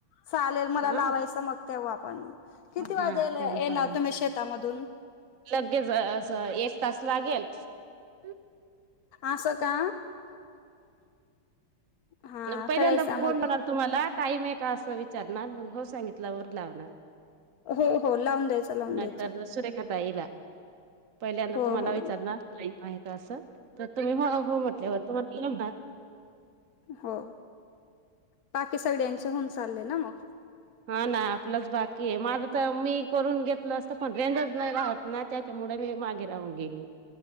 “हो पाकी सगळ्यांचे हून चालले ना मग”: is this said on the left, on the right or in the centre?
Left